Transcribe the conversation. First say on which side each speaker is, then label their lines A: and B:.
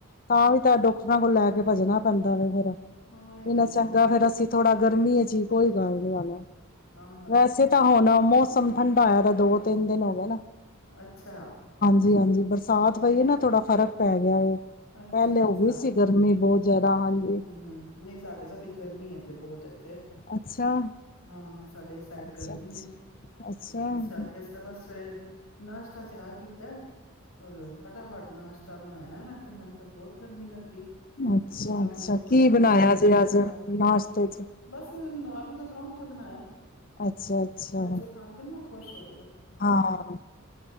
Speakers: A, on the left; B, on the left.
A: ਤਾਂ ਵੀ ਤਾਂ ਡਾਕਟਰਾਂ ਕੋਲ ਲੈ ਕੇ ਭੱਜਣਾ ਪੈਂਦਾ ਵ ਫਿਰ ਇਹਨਾ
B: ਹਾਂ ਇਹ ਗੱਲ ਤੇ
A: ਚੰਗਾ
B: ਹੈ ਹੀ
A: ਫੇਰ
B: ਹੈ
A: ਅਸੀਂ ਥੋੜਾ ਗਰਮੀ ਹੈ ਜੀ ਕੋਈ ਗੱਲ ਨੀ ਆਨਾ
B: ਹਾਂ
A: ਵੈਸੇ ਤਾਂ ਹੁਣ ਮੌਸਮ ਠੰਡਾ ਆਇਆ ਤਾਂ ਦੋ ਤਿੰਨ ਦਿਨ ਹੋ ਗ ਨਾ
B: ਅੱਛਾ ਅੱਛਾ
A: ਜੀ ਹਾਂਜੀ ਬਰਸਾਤ ਪਈ ਨਾ ਥੋੜਾ ਫਰਕ ਪੈ ਗਿਆ ਏਹ
B: ਅੱਛਾ
A: ਪਹਿਲੇ
B: ਅੱਛਾ
A: ਹੋ ਗਈ ਸੀ ਗਰਮੀ ਬਹੁਤ ਜ਼ਿਆਦਾ ਹਾਂਜੀ
B: ਹਮ ਹਮ ਨਹੀਂ ਸਾਡੇ ਤਾਂ ਬਈ ਗਰਮੀ ਹੈ ਜੇ ਬਹੁਤ ਇੱਥੇ
A: ਅੱਛਾ,
B: ਹਾਂ ਸਾਡੇ ਸਾਈਡ
A: ਅੱਛਾ-ਅੱਛਾ।
B: ਗਰਮੀ ਹੈ
A: ਅੱਛਾ-ਅੱਛਾ,
B: ਤੇ ਇਸ ਕਰਕੇ ਅਸੀ ਤਾਂ ਬਸ ਸਵੇਰੇ ਨਾਸ਼ਤਾ ਤਿਆਰ ਕੀਤਾ ਹੋਰ ਫਟਾਫਟ ਨਾਸ਼ ਰਾਇਤਾ ਬਣਾਇਆ ਮੈ ਤੇ ਮੈਨੂੰ ਤੇ ਬਹੁਤ ਗਰਮੀ ਲੱਗੀ
A: ਅੱਛਾ
B: ਮੈਂ ਕਿਹਾ
A: ਅੱਛਾ
B: ਹੁਣ ਦੇਖੋ
A: ਕੀ
B: ਕਰਨਾ
A: ਬਣਾਇਆ
B: ਤੇ ਹੈ
A: ਜੇ
B: ਈ ਏ
A: ਅੱਜ
B: ਕੰਮ
A: ਨਾਸ਼ਤੇ ਚ
B: ਬਸ ਆਲੂ ਦੇ ਪਰੋਂਂਠੇ ਬਣਾਏ
A: ਅੱਛਾ ਅੱਛਾ
B: ਬੱਚੇ ਖਾਂਦੇ ਨੇ ਨਾ ਖੁਸ਼ ਰਹੋ
A: ਹਾਂ